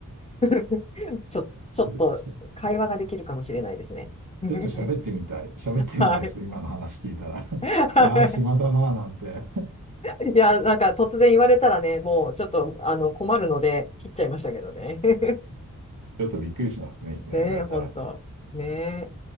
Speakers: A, on the left; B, on the right.
A: <laughs> ちょ、
B: それそ
A: ちょっと会話ができるかもしれないですね。<laughs>
B: ちょっと喋ってみたい。喋ってみたいです。
A: はい。
B: 今の話聞いたら。<laughs> ああ、
A: は
B: 暇だなぁなんて。
A: い。<laughs> いや、なんか突然言われたらね、もうちょっとあの困るので切っちゃいましたけどね。<laughs>
B: ちょっとびっくりしますね。いきなり言われたら。
A: ねえ、本当。ねえ。